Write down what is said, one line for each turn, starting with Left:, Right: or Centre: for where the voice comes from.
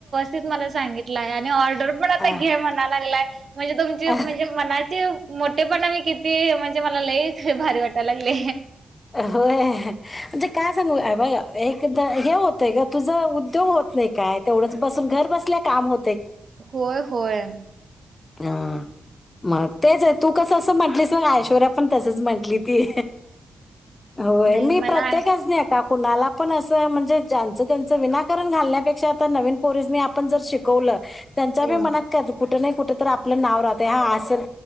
Right: व मला सांगितलं आहे आणि ऑर्डर पण आता
Left: अ
Right: घे म्हणा लागलाय. म्हणजे तुमचे
Left: अ
Right: म्हणजे मनाचे मोठेपणा मी किती म्हज म्हे मला लई भारी वाटायला लागले
Left: होय म्हणजे काय सांगू एकदा हे होतय का तुझ उद्योग होत नाही काय तेवढंच बस घर बसल्या काम हो
Right: होय होय
Left: हा मग तेच आहे तू कसं असं म्हंटलीस मग ऐश्वर्या पण तसच म्हंटली ती होय
Right: नाही
Left: मी
Right: मला
Left: प्रत्येकाच न का कुणाला पण असं म्हणजे ज्यांचं त्यांच विनाकारण घालण्यापेक्षा आ नवीन पोरजनी आपण जर शिकवलं त्यांच्या
Right: होय
Left: बी मनात कर कुठं नाही कुठं तर आपलं नाव राहतय हा असल